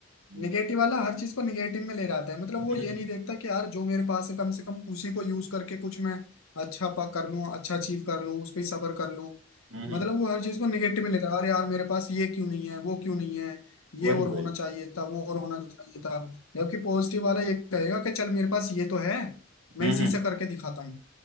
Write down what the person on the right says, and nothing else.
हम्म
हम्म
हम्म,
वही
वही
हम्म
हम्म